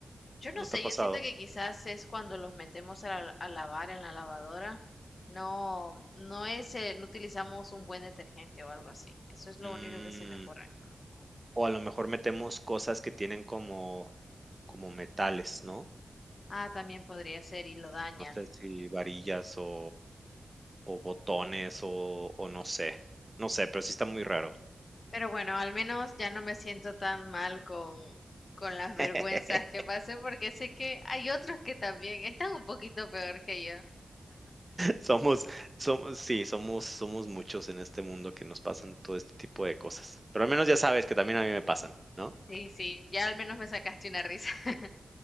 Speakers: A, on the left (about 50°); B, on the right (about 20°).
A: Yo no
B: ¿No
A: sé,
B: te ha pasado?
A: yo siento que quizás es cuando los metemos a, la- a lavar en la lavadora. No, no es, eh, no utilizamos un buen detergente o algo así. Eso es lo
B: Mm,
A: único que se me ocurre.
B: O a lo mejor metemos cosas que tienen como como metales, ¿no?
A: Ah, también podría ser y lo daña.
B: No sé si varillas o o botones o o no sé. No sé, pero sí está muy raro.
A: Pero bueno, al menos ya no me siento tan mal con, con las
B: <laughs>
A: vergüenzas que pasé porque sé que hay otros que también están un poquito peor que yo.
B: Somos somos sí, somos somos muchos en este mundo que nos pasan todo este tipo de cosas. Pero al menos ya sabes que también a mí me pasan, ¿no?
A: Sí, sí, ya al menos me sacaste una risa. <laughs>